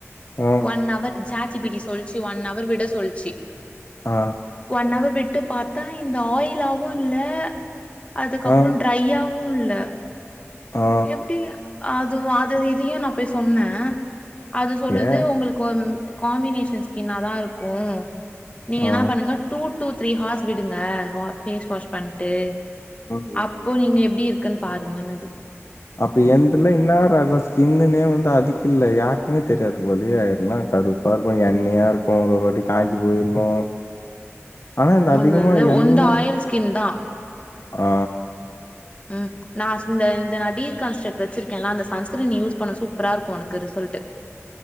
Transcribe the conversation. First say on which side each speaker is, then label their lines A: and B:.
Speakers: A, on the left (about 60°); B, on the left (about 25°).
A: ஆ
B: ஒன் அவர் ஜக் ஜிபிடி சொல்லிச்சு ஒன் அவர் விட சொல்ச்சு
A: ஆ
B: ஒன் அவர் விட்டு பாத்தா இந்த ஆயில்லாவு இல்ல அதுக்கு அப்பற
A: ஆ
B: ட்ரய்யவு கூல்ல
A: ஆ
B: அப்டி அது அது இதையு நா போய் சொன்ன அது சொல்லுது
A: ஏ
B: உங்களுக்கு காம் காம்பினேஷன் ஸ்கின் தா இருக்கும் ம் நீங்க என்னா
A: ஆ
B: பண்ணுங்க டூ டூ த்ரீ ஹார்ஸ் விடுங்கஸ் ஃபேஸ் வாஷ் பண்ணிட்டு
A: ம்
B: அப்போ
A: ம்
B: நீங்க எப்டி இரு இருக்குன் பாருங்கனது
A: அப்ப என்னதுல்லா என்னா ரகம் கிண்ணுனே வந்து அதுக்கு இல்ல யாருக்குமே தெரியாது போலயே என்னா கருப்பா இருக்கும் எண்ணெயா இருக் ஒருவொரு வாட்டியும் காஞ்சி போய் இருக்கும் ஆனா இந்த
B: அது
A: அதிகமா
B: வந்து
A: எண்ணெ
B: ஒந்த ஆயில் ஸ்கின் தா
A: ஆ
B: ம் நா இந்த இந்த டி கன்ஸ்ட்ரக்ட் வச்சிருக்கன்னா அந்த சன்ஸ்கிரீன் யூஸ் பண்ணும் சூப்பரா இருக்கும் உனக்கு ரிசல்ட்